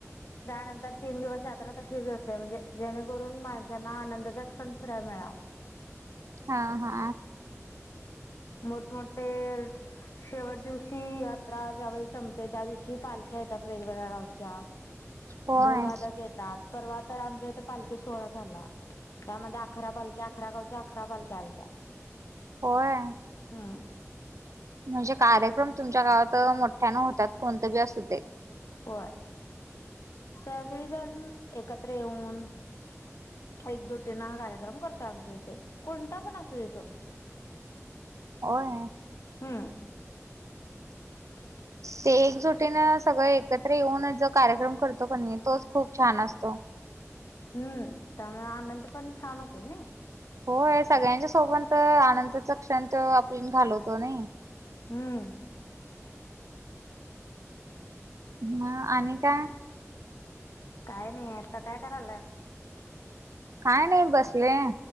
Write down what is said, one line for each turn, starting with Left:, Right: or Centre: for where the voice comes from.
Left: त्यानंतर तीन दिवस यात्रा तशीच असते म्हणजे जेणेकरून माणसांना आनंदचा क्षण फिराया मिळावा.
Right: हा हा.
Left: मोठमोठे शेवट दिवशी आ ज्यावेळी संपते त्या दिवशी पालख्या येतात वेगवेगळ्या गावच्या.
Right: होय
Left: ढोलवादक येतात परवा तर आमच्या इथे पालखी सोहळा झाला त्यामध्ये अकरा पालख्या अकरा गावच्या अकरा पालख्या आलत्या.
Right: होय.
Left: हम्म.
Right: म्हणजे कार्यक्रम तुमच्या गावात मोठ्यानं होतात कोणत बी असू दे.
Left: होय‌, सगळीजण एकत्र येऊन- एकजुटीन हा कार्यक्रम करतोय आमच्या इथे कोणता पण असू दे तो.
Right: होय.
Left: हम्म <inaudible>
Right: ते एकजुटीन सगळे एकत्र येऊन जो कार्यक्रम करतो कणी तोच खूप छान असतो.
Left: हम्म त्यामुळे आनंद पण छान होतो नय.
Right: होय सगळ्यांच्या सोबत त आनंदाचा क्षण तो आपली घालवतो नाय.
Left: हम्म
Right: म आणि काय?
Left: काय नायं आता काय करायला?
Right: काय नाय बसलोय.